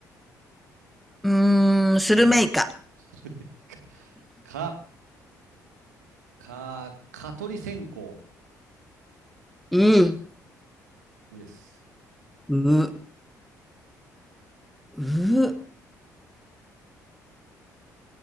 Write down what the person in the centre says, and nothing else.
うーん、スルメイカ。
う、う、
う、う、